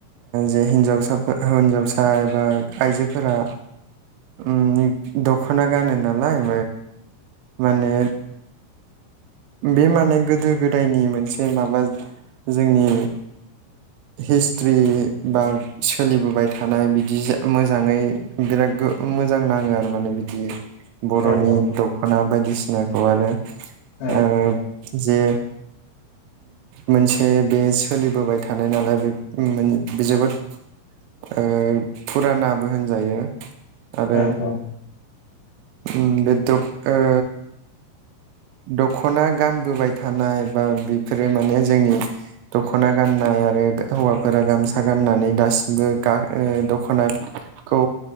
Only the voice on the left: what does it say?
औ
औ
औ
औ
औ औ